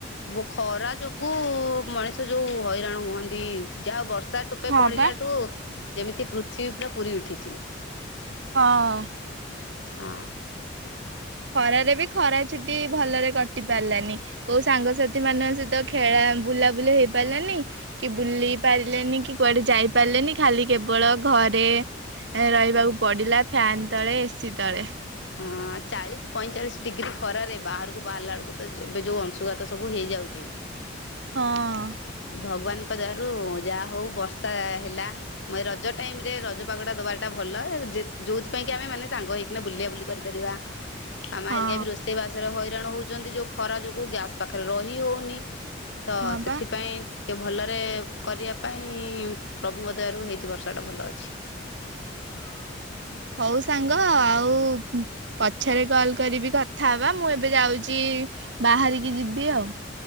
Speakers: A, on the left (about 70°); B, on the right (about 65°).
A: <unintelligible> ଖରା ଯୋଗୁ ମଣିଷ ଯୋଉ ହଇରାଣ ହୁଅନ୍ତି ଯା ହଉ ବର୍ଷ ଷା ଟୋପେ
B: ହଁ
A: ପଡିଲାଠୁ
B: ବା
A: ଯେମିତି ପୃଥିବୀ ପୁରା ପୁରୀ ଉଠିଚି।
B: ହଁ।
A: ଅଁ।
B: ଖରାରେ ବି ଖରା ଛୁଟି ଭଲରେ କଟି ପାରିଲାନି କୋଉ ସାଙ୍ଗସାଥି ମାନଙ୍କ ସହିତ ଖେଳା ବୁଲାବୁଲି ହେଇ ପାରିଲାନି। କି ବୁଲି ପାରିଲେନି କି କୁଆଡେ ଯାଇପାରିଲେନି ଖାଲି କେବଳ ଘରେ ଏଁ ରହିବାକୁ ପଡିଲା ଫ୍ୟାନ୍ ତଳେ ଏସିି ତଳେ।
A: ହଁ। ଚାଳିଶ୍ ପଇଁଚାଳିଶ୍ ଡିଗ୍ରୀ ଖରାରେ ବାହାରକୁ ବାହାରିଲା ବେଳକୁ ତ ଏବେ <unintelligible> ଯୋଉ ଅଂଶୁଘାତ ସବୁ ହେଇଯାଉଚି।
B: ହଁ।
A: ଭଗବାନ୍ ଙ୍କ ଦୟାରୁ ଯା ହଉ ବର୍ଷା ହେଲା। ମ ରଜ ଟାଇମ୍ ରେ ରଜ ପାଗଟା ଦବା ଟା ଭଲ ଯେ ଯୋଉଥିପାଇଁ କି ଆମେ ମାନେ ସାଙ୍ଗ ହେଇକିନା ବୁଲା ବୁଲି କରିପାରିବା ଆମ
B: ହଁ
A: ହେରିକା ବି ରୋଷ୍ ଷେଇ ବାସରେ ହଇରାଣ ହଉଚନ୍ତି ଯୋ ଖରା ଯୋଗୁଁ ଗ୍ୟାସ୍ ପାଖରେ ରହି ହଉନି। ତ
B: ହଁ
A: ସେଥିପାଇଁ
B: ବା
A: ଟି କେ ଭଲରେ କରିଆ ପାଇଁ ପ୍ରଭୁଙ୍କ ଦୟାରୁ ହେଇଛି ବର୍ଷାଟା ଭଲ ଅଛି।
B: ହଁ ହଉ ସାଙ୍ଗ ଆଉ <unintelligible> ପଛରେ କଲ୍ କରିବି କଥା ହବା ମୁଁ ଏବେ ଯାଉଚି ବାହାରିକି ଯିବି ଆଉ।